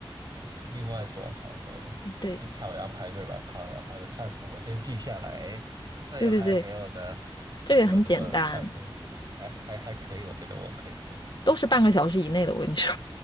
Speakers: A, on the right; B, on the left.
A: 哦。另外说好的，
B: 对
A: 就烤羊排对吧？烤羊排的菜谱我先记下来。那有还有没有呢？
B: 对对对，这个很简单，
A: 还有没有什么菜谱？还还还可以，我觉得我可以做。
B: 都是半个小时以内的。我跟你说，